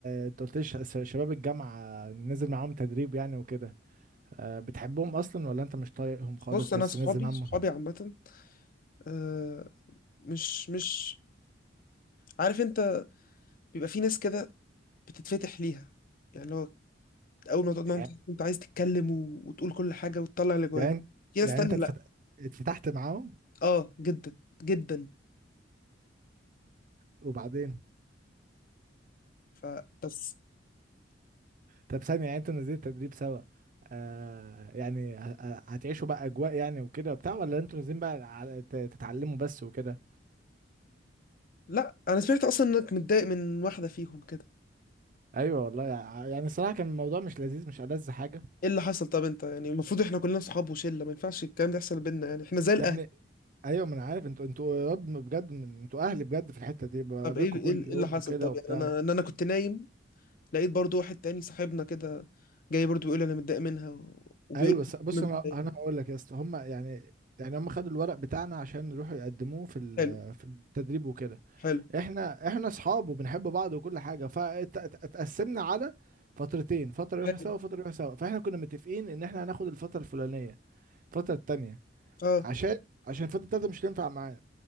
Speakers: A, on the right (about 45°); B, on the left (about 50°).
A: انت قلت لي ش- ش- شباب الجامعه نزل معاهم تدريب يعني وكده أه بتحبهم اصلا ولا انت مش طايقهم خالص
B: بص
A: بس
B: انا صحابي
A: نزل معاهم
B: صحابي عامة اه، مش مش عارف انت بيبقى في ناس كده بتتفتح ليها يعني لو اول ما تقعد معاهم
A: يعني
B: تحس إن انت عايز تتكلم و... وتقول كل حاجه وتطلع اللي جواك
A: يعني أنت-
B: في ناس
A: يعني
B: تانية
A: انت اتفت-
B: لا
A: اتفتحت معاهم
B: اه جدا جدا
A: وبعدين
B: فبس
A: طب ثانيه يعني انتوا نزلت تدريب سوا أه يعني ه- ه- هتعيشوا بقى اجواء يعني وكده وبتاع ولا انتوا نازلين بقى ع- ت- تتعلموا بس وكده
B: لا انا سمعت اصلا انك متضايق من واحده فيهم كده
A: ايوه والله يع- يعني الصراحه كان الموضوع مش لذيذ مش ألذ حاجه
B: ايه اللي حصل طب انت يعني المفروض احنا كلنا صحاب وشله ما ينفعش الكلام ده يحصل بينا يعني احنا زي الاهل
A: يا ابني ايوه ما انا عارف انتوا انتوا يا رب بجد من- انتوا اهلي بجد في الحته دي بقابلكم
B: طب ايه ايه
A: كل
B: إيه
A: يوم
B: اللي حصل
A: وكده
B: طب
A: وبتاع
B: يعني انا ان انا كنت نايم لقيت برضو واحد تاني صاحبنا كده جاي برضو بيقول انا متضايق منها و- وبيقول
A: ايوه س- بص
B: أنا متضايق.
A: انا انا هقول لك يا اسطى هم يعني يعني هم خدوا الورق بتاعنا عشان يروحوا يقدموه في ال-
B: حلو
A: في التدريب وكده
B: حلو
A: احنا احنا اصحاب وبنحب بعض وكل حاجه فاتقسمنا على فترتين فتره يروحوا
B: حلو
A: سوا فتره يروحوا سوا فاحنا كنا متفقين ان احنا هناخد الفتره الفلانيه الفتره التانيه
B: اه
A: عشان عشان الفتره التالته مش هتنفع معانا